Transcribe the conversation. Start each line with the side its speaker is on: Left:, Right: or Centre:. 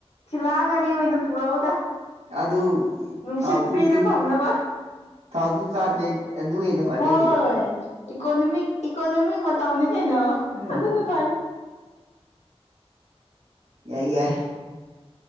Left: ꯊꯤꯜꯂꯥꯒꯥꯔꯤ ꯑꯣꯏꯅ ꯄꯨꯔꯛꯎꯗ
Right: ꯑꯗꯨ
Left: ꯅꯨꯡꯁꯤꯠ
Right: ꯊꯥꯎꯁꯨ
Left: ꯐ꯭ꯔꯤꯗ
Right: ꯇꯤꯡ
Left: ꯐꯪꯅꯕ
Right: ꯊꯥꯎꯁꯨ ꯆꯥꯗꯦ ꯑꯗꯨ ꯍꯦꯟꯅ ꯐꯔꯦ
Left: ꯍꯣꯏ
Right: ꯀꯩꯅꯣ
Left: ꯏꯀꯣꯅꯣꯃꯤꯛ ꯏꯀꯣꯅꯣꯃꯤꯛ ꯃꯇꯝꯅꯦ ꯀꯩꯅꯣ
Right: ꯎꯝ
Left: ꯑꯗꯨꯅ ꯐꯔꯦ
Right: ꯌꯥꯏ ꯌꯥꯏ